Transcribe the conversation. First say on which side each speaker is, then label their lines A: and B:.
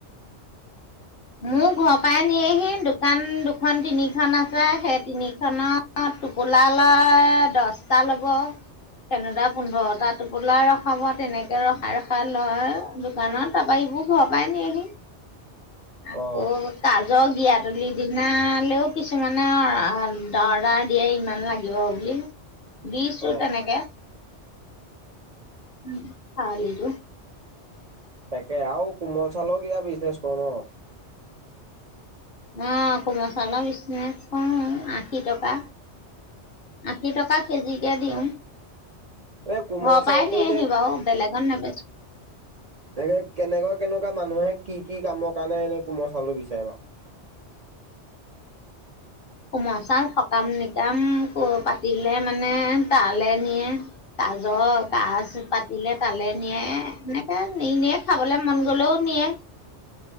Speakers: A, on the left; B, on the right.
A: মোৰ ঘৰৰ পৰাই নিয়েহি, দোকান দুখন তিনিখন আছে, সেই তিনিখনত টোপোলা লয়, দহটা ল'ব তেনেটা পোন্ধৰটা টোপোলা ৰখাব, তেনেকে ৰখাই ৰখাই লয় দোকানত। তাৰপা সিবোৰ ঘৰৰ পৰাই নিয়েহি। আকৌ
B: অ
A: কাজৰ গিয়াত পাতলি দিনালৈও কিছুমানে অৰ্ডাৰ দিয়ে ইমান লাগিব বুলি। দিছোঁ
B: অ
A: তেনেকে উম খাউলীটো।
B: তাকে আৰু কোমল চউালৰ কিবা বিজনেছ কৰ ন?
A: অ' কুমল চাউলৰ বিচনেছ‌ কওঁ। আশী টকা, আশী টকা কেজিকে দিওঁ।
B: এ কোমল
A: ঘৰৰ পৰাই
B: চাউলটো
A: নিয়েহি
B: এতিয়া
A: বাৰু বেলেগত নেবেচো
B: দেগে কেনেকুৱা, কেনেকুৱা মানুহে কি কি কামৰ কাৰণে এনেই, কুমল চাউলটো বিচাৰে বাৰু?
A: কুমল চাউল স কাম নিকাম পাতিলে মানে তালৈ নিয়ে জ কাজ পাতিলে তালে নিয়ে, এনেকে নি নিয়ে, খাবলে মন গলেও নিয়ে।